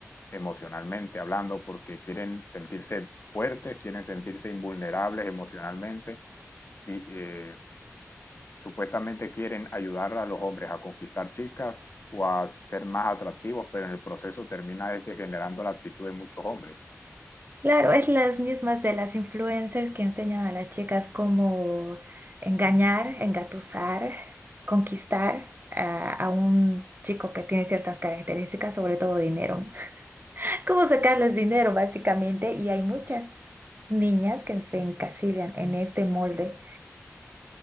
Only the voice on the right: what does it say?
Claro, es las mismas de las influencers que enseñan a las chicas cómo engañar, engatusar, conquistar a, a un chico que tiene ciertas características, sobre todo dinero, ¿no? <laughs> Cómo sacarles dinero, básicamente. Y hay muchas niñas que se encasillan en este molde.